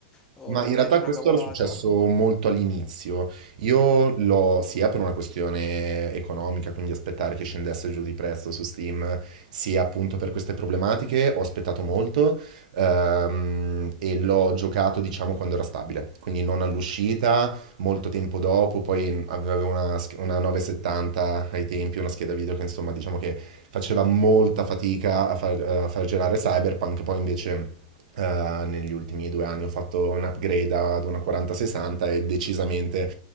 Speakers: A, on the left; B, on the right.
A: o
B: Ma
A: non
B: in realtà
A: vorrei dire
B: questo
A: una cavolata.
B: era successo molto all'inizio. Io l'ho sia per una questione economica, quindi aspettare che scendesse giù di prezzo su Steam, sia appunto per queste problematiche, ho aspettato molto ehm, e l'ho giocato diciamo quando era stabile, quindi non all'uscita, molto tempo dopo, poi avevo una, sch- una 970 ai tempi, una scheda video che insomma diciamo che faceva molta fatica a far, a far girare Cyberpunk, poi invece eh, negli ultimi due anni ho fatto un upgrade ad una 4060 e decisamente